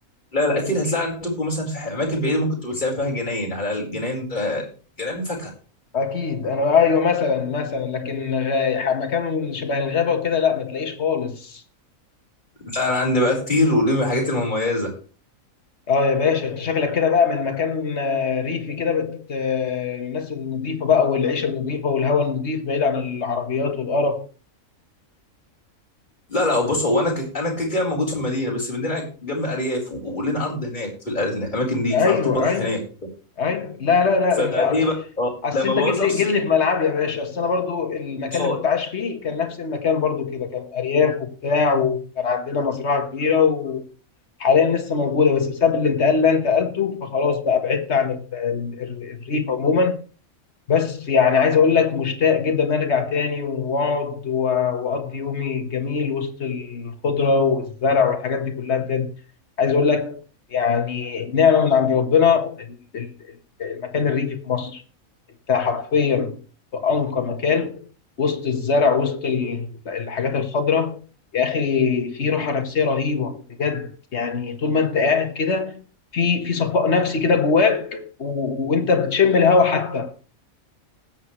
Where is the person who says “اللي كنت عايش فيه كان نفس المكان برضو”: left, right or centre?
Left